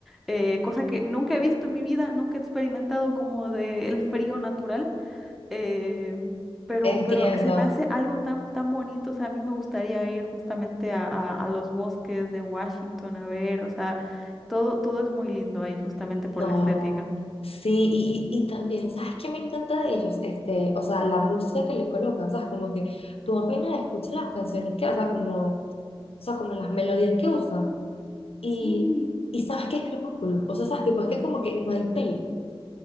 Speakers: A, in the centre; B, on the left (about 80°).
A: eh, cosa que nunca he visto en mi vida, nunca he experimentado como del frío natural, eh, pero,
B: entiendo.
A: pero se me hace algo tan, tan bonito, o sea, a mí me gustaría ir justamente a, a- a los bosques de Washington a ver, o sea, todo, todo es muy lindo ahí justamente por
B: No,
A: la estética.
B: sí, y, y- y también, ¿sabes qué me encanta de ellos? Este, o sea, la música que le colocan, ¿sabes? Como que tú apenas escuchas las canciones que, o sea, como, o sea, como las melodías que usan, y,
A: Sí,
B: y sabes que es Crepúsculo, o sea, sabes, tipo, es que como que no hay peli.